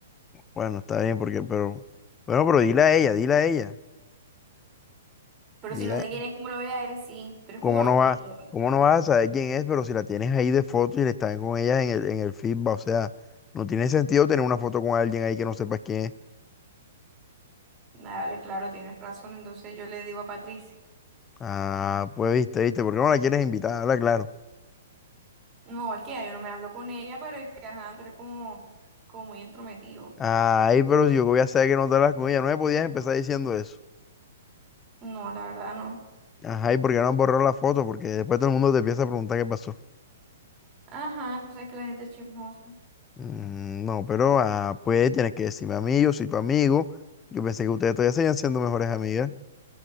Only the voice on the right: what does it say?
Pero
si no sé
quién es, ¿cómo lo voy a decir? Tú eres
como loquito.
¿vale?
Dale, claro, tienes razón. Entonces yo le digo a Patricia,
no, es que ya yo no me hablo con ella, pero es que, ajá, tú eres como, como muy entrometido.
No, la verdad no.
Ajá, tú sabes que la gente es chismosa.